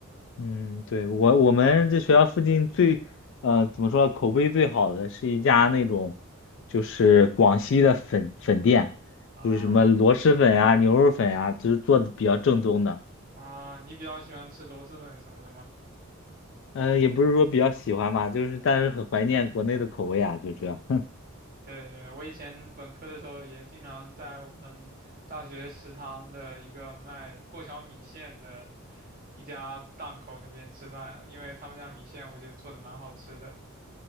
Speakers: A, on the left; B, on the right.
A: 嗯，对，我我们这学校附近最，呃，怎么说，口碑最好的是一家那种，就是广西的粉粉店，
B: 啊
A: 就是什么螺蛳粉啊、牛肉粉啊，就是做的比较正宗的。
B: 啊，你比较喜欢吃螺蛳粉什么的吗？
A: 呃，也不是说比较喜欢吧，就是但是很怀念国内的口味啊，就这样。
B: 对对，我以前本科的时候也经常在我们大学食堂的一个卖过桥米线的一家档口那边吃饭，因为他们家米线我觉得做的蛮好吃的。